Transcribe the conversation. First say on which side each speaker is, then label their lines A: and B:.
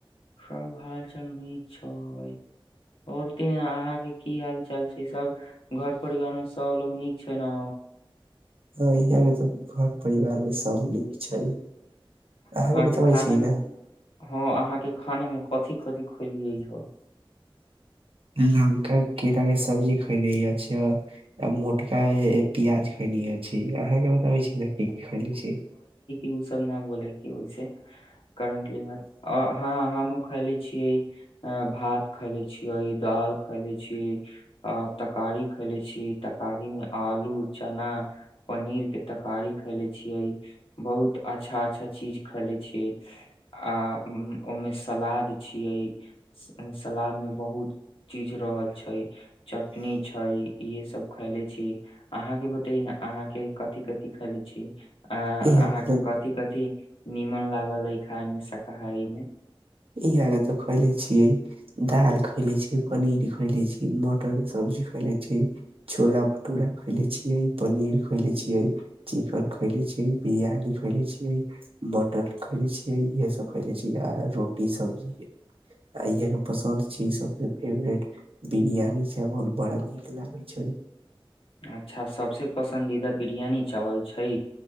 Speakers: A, on the left; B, on the right.
A: सब हाल चाल नीक छ‌इ बोलते अहाँके की हाल चाल छै सब घर परिवार मे सभलोग नीक छै न
B: ह इहाँ के तऽ घर परिवार मे सब नीक छै अहाँके
A: अहाँ के
B: बताबै
A: खाना
B: छी
A: मे
B: ने
A: हँ अहाँ के खाने मे कथि कथि खलियै ह त
B: लमका केराके सब्जी खइले य छियै आ मोटका पियाज खइले छी अहाँके बताबै छी न की की खैले छियै
A: ओ सब न बोलेके ओहिसे करंटली ह हमहु खैले छियै आ भात खैले छियै दाल खैले छियै तरकारी ेले छियै तरकारी मे आलू चना पनीर के तरकारी खैले छियै बहुत अच्छा अच्छा चीज खैले छियै आ उ ओहिमे सलाद छियै सलाद मे बहुत चीज रहल छै चटनी छै इहे सब खयले छियै अहाँके बतैयै न अहाँके कथि कथि खैले छियै आ
B: यहाँ
A: अहाँके
B: के तऽ
A: कथि कथि नीमन लागल अइ खाय मे शाकाहारी मे
B: इहाँ के तऽ खएले छियै दाल खएले छियै पनीर खएले छियै मटर के सब्जी खैले छियै छोला भटुरा खैले छियै पनीर खैले छियै चिकन खैले छियै बिरियानी खैले छियै मटन खैले छियै इहे सब खैले छियै आ रो टी सब्जी आ इह के पसन्द छै सबसे फेवरेट बिरियानी चावल बड़ा नीक लागे छै
A: अच्छा सबसे पसन्दीदा बिरयानी चावल छै